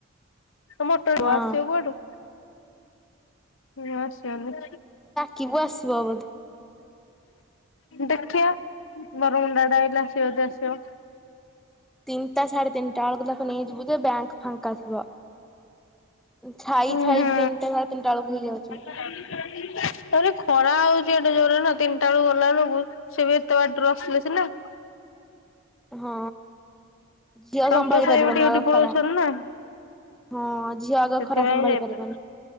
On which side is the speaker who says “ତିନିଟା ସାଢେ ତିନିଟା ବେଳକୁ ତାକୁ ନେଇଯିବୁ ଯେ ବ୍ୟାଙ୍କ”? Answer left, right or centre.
Centre